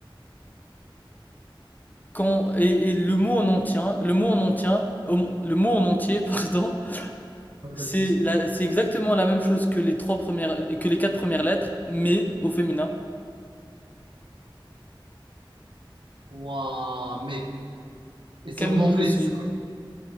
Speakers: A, on the left; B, on the right.
A: Quand, et, et le mot en entier, hein, le mot en entier, le mot en entier, <laughs> pardon,
B: Pas de
A: c'est
B: soucis.
A: la, c'est exactement la même chose que les trois premières, que les quatre premières lettres, mais au féminin.
B: Ouah, mec. Et c'est
A: Quel
B: en
A: mot
B: anglais,
A: je suis?
B: c'est ça?